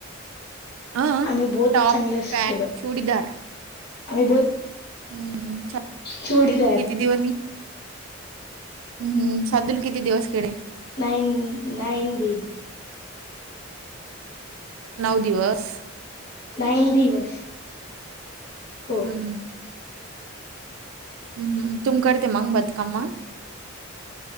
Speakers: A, on the right (about 80°); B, on the left (about 50°).
A: अ
B: आम्ही बोथ
A: टॉप,
B: चांगलाच
A: पॅन्ट,
B: केल आम्ही
A: चुडीदार.
B: बोथ
A: हम्म. सा-
B: चुडीदार
A: <inaudible> हम्म हम्म शादीला किती दिवस खेळे?
B: Nine nine day.
A: नऊ दिवस
B: नाईन दिवस. हो
A: हम्म हम्म हम्म तुम करते मग बांधकाम मग?